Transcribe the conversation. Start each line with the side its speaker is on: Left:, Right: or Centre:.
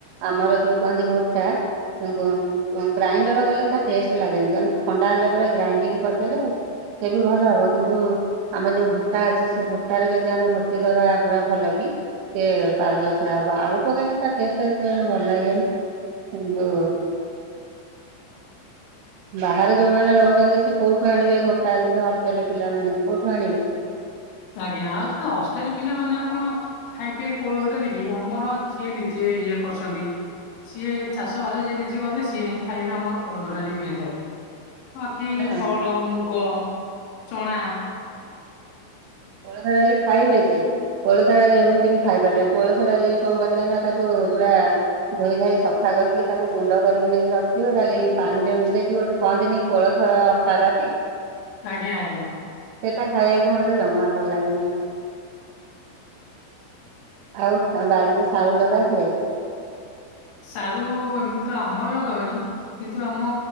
Right: ଆମର ଯୋଉ କହନ୍ତି ଘୋଟା ଉଁ ଗୁଁ ଗ୍ରାଇଣ୍ଡର କଲେ ତା ଟେଷ୍ଟ ଲାଗେନି କାରଣ ଥଣ୍ଡା ହେଲା ପରେ ଗ୍ରାଇଣ୍ଡିଙ୍ଗି କରିଦେଲେ। ସେ ବି ଭଲ ହବ କିନ୍ତୁ ଆମର ଯୋଉ ଘୋଟା ଅଛି ସେ ଘୋଟାରେ ଯଦି ଆମେ ଘୋଟି ଦବା ପୁରା ଭଲକି ସିଏ ପାରଲସିଆ ହବ ଆଳୁ ପକେଇଲେ ତା ଟେଷ୍ଟ ଏତେ ଭଲ ଲାଗେନି। କିନ୍ତୁ ବାହାରେ ଯୋଉମାନେ ରୋହୁଚନ୍ତି ସେ କୋଉଠୁ ଆଣିବେ ଘୋଟା ଯେନ୍ତି ହସ୍ ଷ୍ଟେଲେ ପିଲାମାନେ କୋଉଠୁ ଆଣିବେ।
Left: ଆଜ୍ଞା ଆଉ ସିନା ହଷ୍ଟେଲେ ପିଲାମାନେ ଆଉ କଣ ଖାଇବେ ପିଇବେ କୋଳୋଥୋ ଡାଲି କି ଆମର ଯିଏ ନିଜେ ଇଏ କରୁଛନ୍ତି ସିଏ ଚାଷ ବାସ ସିଏ ନି ସେ କରନ୍ତି ସିଏ ହିଁ ଖାଇବେ ଆମର କୋଳୋଥୋ ଡାଲି ବିରି ଡାଲି। ହଁ କି
Right: ନା
Left: ହରଡ, ମୁଗ, ଚଣା
Right: କୋଳୋଥୋ ଡାଲି ଖାଇବେ ଯେ କୋଳୋଥୋ ଡାଲି ଏମିତି ବି ଖାଇପାରିବେ କୋଳୋଥୋ ଡାଲିକି କଣ କରିବେ ନା ତାକୁ ପୁରା ଧୋଇ ଧାଇ ସଫା କରିକି ତାକୁ ଗୁଣ୍ଡ କରି କି ନେଇକି ରଖିଥିବେ ଖାଲି ପାଣିରେ ମିଶେଇକି ଗୋଟେ କହନ୍ତିନି କୋଳୋଥୋ ଅଟା ଡାଲି।
Left: ଆଜ୍ଞା ଆଜ୍ଞା
Right: ସେଟା ଖାଇବାକୁ ମତେ ଜମା ଭଲ ଲାଗେନି ଆଉ ତମ ବାଡ଼ିରେ ସାରୁ ଲଗାଇ ହୁଏ।
Left: ସାରୁ ଏମିତି ତ ଆମର ଲଗା ହୁଏନି କିନ୍ତୁ ଆମ